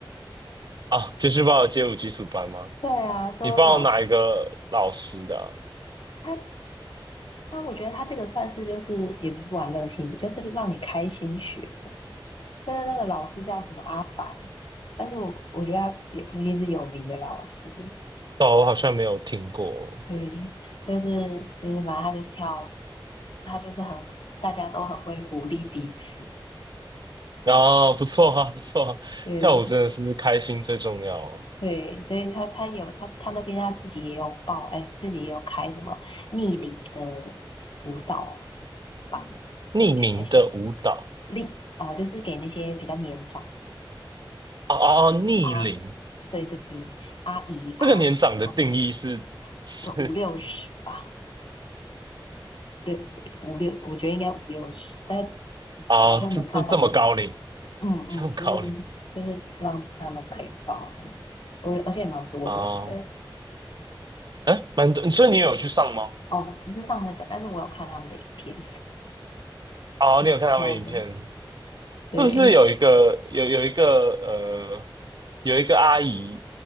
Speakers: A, on the right; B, on the left.
A: 啊！继续报街舞基础班吗？
B: 对啊，都老
A: 你报哪一个老师的啊
B: 他他，我觉得他这个算是就是也不是玩乐性质，就是让你开心学的。但是那个老师叫什么阿凡，但是我我觉得他也不一定是有名的老师，
A: 哦，我好像没有听过。
B: 对，就是就是反正他就是跳，他就是很大家都很会鼓励彼此，
A: 啊，不错啊，不错啊跳舞真的是开心最重要啊
B: 对对，所以他他有他他那边他自己也有报，哎，自己也有开什么逆龄的舞蹈班，
A: 匿名的舞蹈
B: 就是给那些力啊、呃就是给那些比较年长
A: 啊啊啊！逆龄
B: 啊，对对对，阿姨啊阿妈，
A: 这个年长的定义是是
B: 有五六十吧。
A: <laughs>
B: 对，五六，我觉得应该五六十，但是
A: 啊，
B: 我好像没看到在老，
A: 这这这么高龄，
B: 嗯嗯，
A: 这么高龄
B: 就是就是让他们可以报这样子，我而且也蛮多人的，
A: 哦，哎，蛮多，所以你有去上吗？
B: 哦，不是上那个，但是我有看他们的影片，<laughs>
A: 哦，
B: 就蛮多，
A: 你有看他们影片，
B: 对，
A: 是不是有一个有有一个呃有一个阿姨，